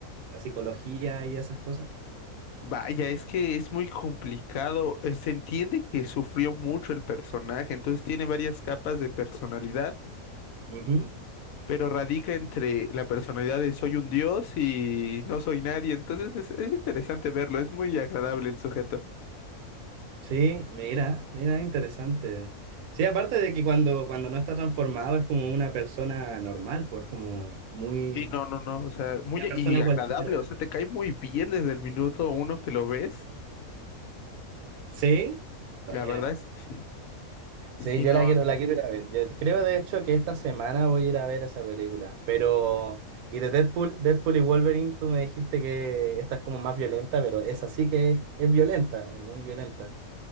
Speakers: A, on the right (about 80°); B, on the left (about 75°).
A: la psicología y esas cosas.
B: vaya, es que es muy complicado, eh, se entiende que sufrió mucho el personaje, entonces tiene varias capas de personalidad,
A: Ujú.
B: pero radica entre la personalidad de soy un dios y no soy nadie, entonces es, es interesante verlo, es muy agradable el sujeto.
A: Sí, mira, mira, interesante. Sí, aparte de que cuando, cuando no está transformado es como una persona normal, pues como muy...
B: Sí, no, no, no, o sea, muy
A: Una
B: a-
A: persona
B: y agradable,
A: cualquiera.
B: o sea, te cae muy bien desde el minuto uno que lo ves,
A: Sí, buena.
B: la verdad es que sí,
A: Sí,
B: sí,
A: yo
B: no,
A: la quiero, la quiero ir a ver. Yo creo de hecho que esta semana voy a ir a ver esa película. Pero, y de Deadpool, Deadpool y Wolverine, tú me dijiste que esta es como más violenta, pero esa sí que es, es violenta, es muy violenta.